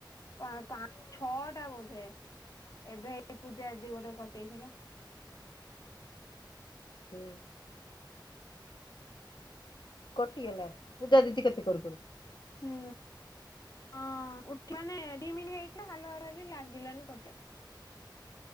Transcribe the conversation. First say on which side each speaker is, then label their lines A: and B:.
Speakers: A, on the left (about 45°); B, on the left (about 70°).
A: ପା ପା ଛଅ ଟା ବୋଧେ ଏବେ ଏଇ ପୂଜା ଦି ଗୋଟେ କଟି ଯାଇଥିଲା।
B: ହୁଁ। କଟିିଗଲା ପୂଜା ଦିଦି କତି କୁରୁକୁରୁୁ।
A: ହୁଁ। ହଁ ଉଠମାନେ ହେଇଥିଲା ହଲାର ଲ ଲାଗିଲାନେ କଟିଲା।